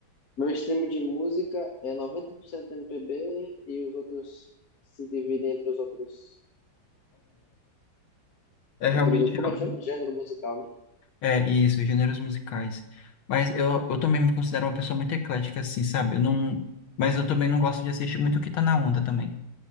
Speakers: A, on the left; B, on the left.
A: Meu stream de música é 90% MPB e os outros se dividem entre os outros,
B: É, é realmente
A: entre os outros, como
B: algo.
A: é que chama? Gênero musical, né?
B: É isso, gêneros musicais. Mas eu, eu também me considero uma pessoa muito eclética, assim, sabe? Eu não, mas eu também não gosto de assistir muito o que tá na onda também.